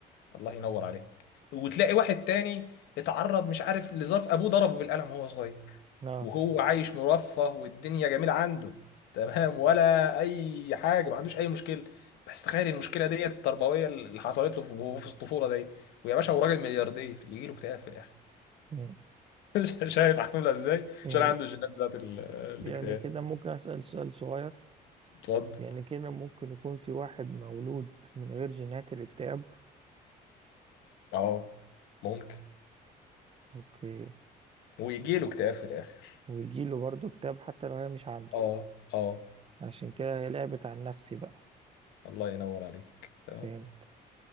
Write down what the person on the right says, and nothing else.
اه
مم.
يعني
يعني كده ممكن أسأل سؤال صغير
يعني كده ممكن يكون في واحد مولود من غير جينات الاكتئاب
اوكي
ويجيله برضه اكتئاب حتى لو هي مش عنده
عشان كده هي لعبت عن نفسي بقى
فهمت